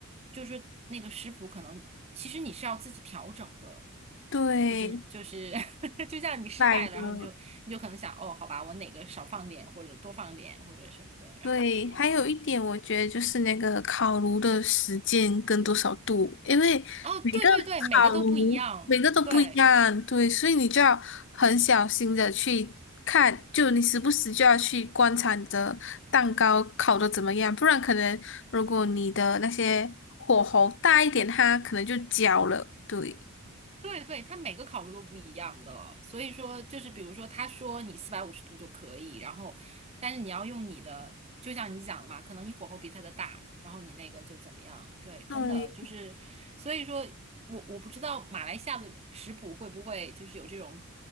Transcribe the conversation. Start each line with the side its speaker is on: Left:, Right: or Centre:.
Right: 就是那个食谱可能其实你是要自己调整的，
Left: 对，
Right: 就是就是 <laughs> 就像你失败了，
Left: 买的。
Right: 然后你就你就可能想哦，好吧，我哪个少放点或者多放点或者什么的，然后试一下。
Left: 对，还有一点，我觉得就是那个烤炉的时间跟多少度，因为每个烤炉
Right: 哦，对对对，每个都不一样，
Left: 每个都不一样，
Right: 对。
Left: 对，所以你就要很小心的去看，就你时不时就要去观察你的蛋糕烤的怎么样，不然可能如果你的那些火候大一点，它可能就焦了。对，
Right: 对对，它每个烤炉都不一样的，所以说就是比如说，他说你四百五十度就可以，然后但是你要用你的，就像你讲的嘛，可能你火候比他的大，然后你那个就怎么样？对，真的就是，
Left: 对，
Right: 所以说我我不知道马来西亚的食谱会不会就是有这种